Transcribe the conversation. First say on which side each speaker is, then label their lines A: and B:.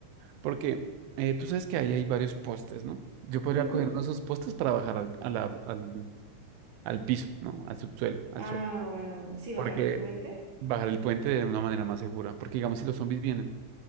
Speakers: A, on the right (about 80°); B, on the right (about 40°).
A: Porque eh, tú sabes que ahí hay varios postes, ¿no? Yo podría
B: Ujú.
A: coger uno de esos postes para bajar al, a la- al, al piso, ¿no? Al subsuelo, al
B: Ah,
A: suelo.
B: bueno, bueno. Sí, bajar
A: Porque
B: el puente
A: bajar el puente de una manera más segura. Porque digamos, si los zombies vienen